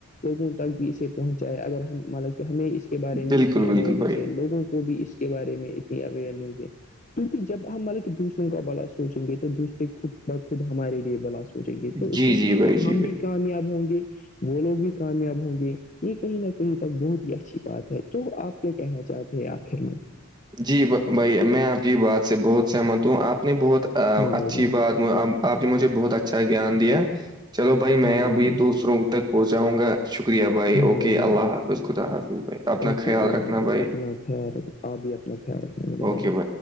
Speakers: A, on the left; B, on the right.
A: لوگوں تک بھی اسے پہنچاائے اگر مطلب کہ ہمیں اس کے کے بارے میں
B: بالکل
A: اتنی اویئرنیس
B: بالکل بھائی
A: ہے لگوں کو بھی اس کے بارے میں اتنی اوئرنیس ہے کیونکہ جب ہملے دوسروں کا بلا سوچیں گے تو دوسروں خود بخود ہمارے لیے بلا س ہو جائے گے تو
B: جی
A: اس سے
B: جی بھائی جی
A: ہم
B: بھائی
A: بھی کامیاب ہوں گے وہ لوگ بھی کامیاب ہوں گے یہ کہیں نہ کہیں تک بہت ہی اچھی بات ہے تو آپ کیا کہنا چاہتے ہیں آخر میں
B: جی بھائی میں آپ کی بات سے بہت سہمت ہوں آپ نے بہت اچھی
A: ہاں بھائی جان
B: بات آپ نے مجھے بہت اچھا گیان دیا چلو بھائی میں
A: ہاں
B: اب
A: جان
B: دوسروں ب تک پہنچاؤں گا شکریہ بھائی
A: ہاں
B: اوکے
A: جان
B: اللہ حافظ خدا حافظ بھائی اپنا
A: اوکے
B: خیال
A: اللہ
B: رکھنا
A: حافظ
B: بھائی
A: اپنا خیر آپ بھی اپنا خیر ہے مے
B: اوکے
A: ہے
B: بھائی